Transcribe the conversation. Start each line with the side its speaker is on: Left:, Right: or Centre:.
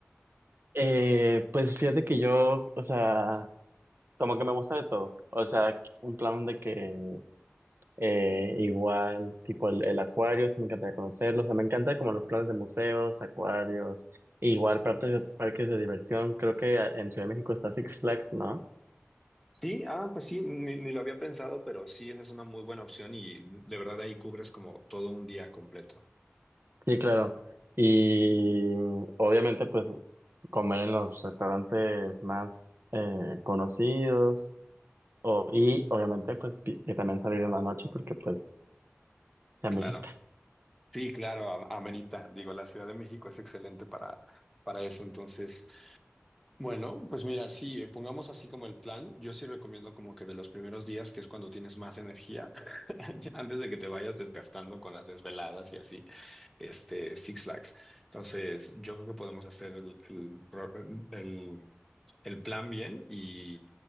Right: Eh, pues fíjate que yo, o sea, como que me gusta de todo. O sea, un plan de que Eh, igual, tipo el, el acuario, sí me encantaría conocerlo. O sea, me encanta como los planes de museos, acuarios, igual partes, parques de diversión. Creo que a- en Ciudad de México está Six Flags, ¿no?
Centre: Sí, ah, pues sí, ni, ni lo había pensado, pero sí, esa es una muy buena opción y de verdad ahí cubres como todo un día completo.
Right: Sí, claro. Y obviamente, pues, comer en los restaurantes más eh, conocidos. O, y obviamente, pues, pi- que también salir en la noche porque, pues, se amerita.
Centre: Claro. Sí, claro, am- amerita. Digo, la Ciudad de México es excelente para, para eso. Entonces, bueno, pues mira, sí, eh, pongamos así como el plan. Yo sí recomiendo como que de los primeros días, que es cuando tienes más energía, <laughs> antes de que te vayas desgastando con las desveladas y así, este, Six Flags. Entonces, yo creo que podemos hacer el, el, pro- el, el plan bien y